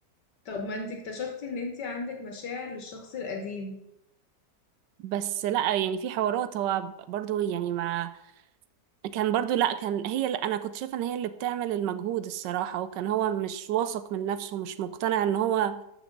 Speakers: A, on the left (about 75°); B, on the right (about 85°).
A: طب ما انتي اكتشفتي ان انتي عندك مشاعر للشخص القديم
B: بس لا يعني في حوارات هو برضو يعني ما كان برضو لا كان هي اللي انا كنت شايفه ان هي اللي بتعمل المجهود الصراحه وكان هو مش واثق من نفسه مش مقتنع ان هو